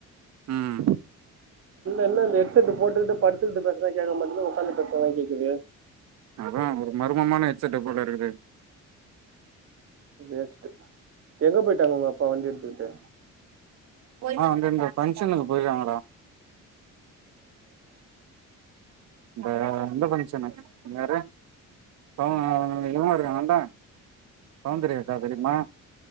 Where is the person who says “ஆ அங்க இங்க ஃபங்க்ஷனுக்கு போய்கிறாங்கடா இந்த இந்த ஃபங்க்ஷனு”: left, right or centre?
Right